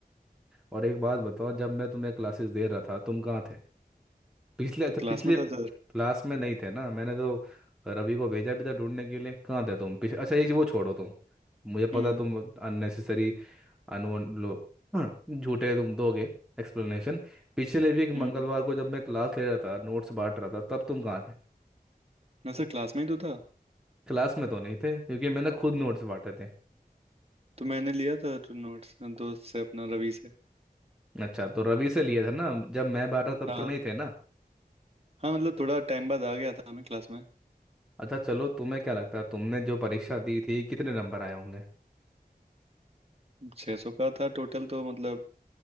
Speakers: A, in the centre; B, on the right.
A: और एक बात बताओ जब मैं तुम्हें क्लासेस दे रहा था तुम कहाँ थे पिछले अच्छा
B: क्लास
A: पिछले
B: में था
A: क्लास
B: सर
A: में नहीं थे ना मैंने तो रवि को भेजा भी था ढूंढने के लिए कहाँ थे तुम पिछ... अच्छा ये वो छोड़ो तुम मुझे पता
B: हम्म
A: है तुम अननेसेसरी अनु लो हम्म, झूठे तुम दोगे एक्सप्लेनेशन पिछले वीक
B: हम्म
A: मंगलवार को जब मैं क्लास ले रहा था नोट्स बांट रहा था तब तुम कहाँ थे
B: ना सर क्लास में ही तो था
A: क्लास में तो नहीं थे क्योंकि मैंने खुद नोट्स बांटे थे
B: तो मैंने लिया था तो नोट्स दोस्त से अपना रवि से
A: अच्छा तो रवि से लिए थे ना जब मैं बांटा तब
B: हाँ
A: तो नहीं थे ना
B: हाँ मतलब थोड़ा टाइम बाद आ गया था हमें क्लास में
A: अच्छा चलो तुम्हें क्या लगता है तुमने जो परीक्षा दी थी कितने नंबर आए होंगे
B: 600 सौ का था टोटल तो मतलब